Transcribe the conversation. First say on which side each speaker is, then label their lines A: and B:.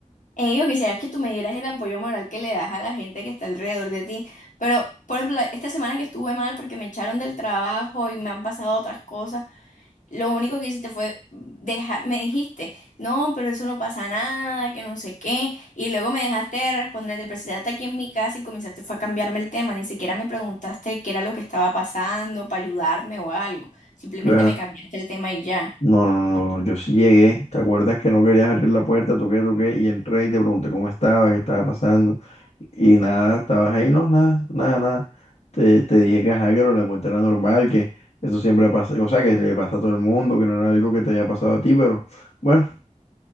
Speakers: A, on the left; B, on the left.
A: Eh, yo quisiera que tú me dieras el apoyo moral que le das a la gente que está alrededor de ti, pero por ejemplo, la- esta semana que estuve mal porque me echaron del trabajo y me han pasado otras cosas. Lo único que hiciste fue dejar, me dijiste, no, pero eso no pasa nada, que no sé qué, y luego me dejaste de responder, te presentaste aquí en mi casa y comenzaste fue a cambiarme el tema, ni siquiera me preguntaste qué era lo que estaba pasando para ayudarme o algo, simplemente
B: Claro.
A: me cambiaste el tema y ya.
B: No, no, no, no, yo sí llegué. ¿Te acuerdas que no querías abrir la puerta? Toqué, toqué y entré y te pregunté cómo estabas, qué estaba pasando. Y nada, estabas ahí, no, nada, nada, nada. Te, te dije que ajá, que lo de la cuenta era normal, que eso siempre pasa, o sea, que le pasa a todo el mundo, que no era algo que te haya pasado a ti, pero bueno,